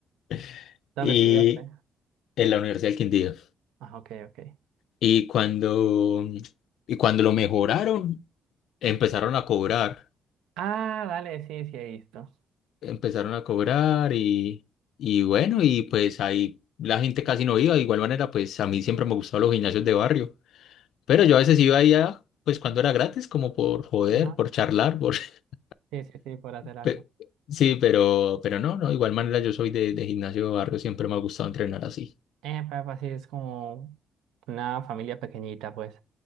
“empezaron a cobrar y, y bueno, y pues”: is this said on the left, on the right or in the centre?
Left